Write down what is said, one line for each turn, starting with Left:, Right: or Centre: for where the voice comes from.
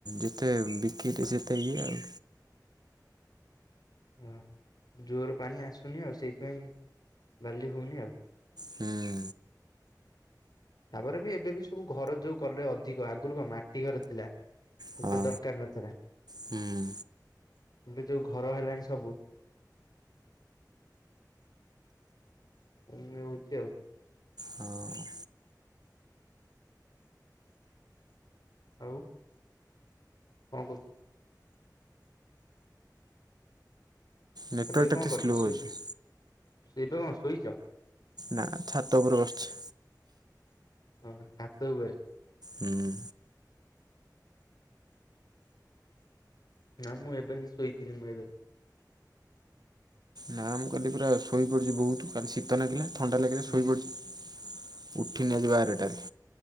Right: ଯେତେ ବିକିଲେ ସେତେ ଇଏ ଆଉ।
Left: ହଁ ଜୋର ପାଣି ଆସୁନି ଆଉ ସେଇଥିପାଇଁ ବାଲି ହଉନି ଆଉ।
Right: ହୁଁ
Left: ତାପରେ ବି ଏବେବି ସବୁ ଘର ଯୋଉ କଲେ ଅଧିକ ଆଗରୁ କଣ ମାଟି ଘର ଥିଲା।
Right: ହଁ
Left: ଏତେ ଦରକାର ନଥିଲା
Right: ହୁଁ
Left: ଏବେ ଯୋଉ ଘର ହେଲାଣି ସବୁ। କମି ହଉଛି ଆଉ।
Right: ହଁ।
Left: ଆଉ? କଣ କହୁଛ?
Right: ନେଟୱାର୍କଟା
Left: ଏବେ କଣ
Right: ଟିକେ
Left: କରୁଛ
Right: ସ୍ଲୋ
Left: ଶୋଇ
Right: ଅଛି
Left: ଏବେ କଣ ଶୋଇଛ?
Right: ନା ଛାତ ଉପରେ ବସିଛି।
Left: ଓହୋ ଛାତ ଉପରେ?
Right: ହୁଁ।
Left: ନା ମୁଁ ଏବେ ହିଁ ଶୋଇଥିଲି ମୁଁ ଏବେ।
Right: ନା ମୁଁ କାଲି ପୁରା ଶୋଇପଡ଼ିଛି ବହୁତ କାଲି ଶୀତ ଲାଗିଲା ଥଣ୍ଡା ଲାଗିଲା
Left: ହୁଁ
Right: ଶୋଇପଡ଼ିଛି। ଉଠିଲି ଆଜି ବାରଟାରେ।